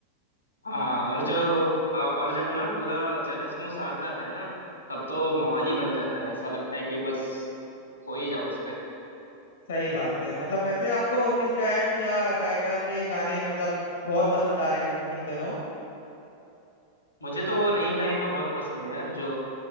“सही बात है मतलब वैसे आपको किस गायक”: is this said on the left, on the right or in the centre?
Left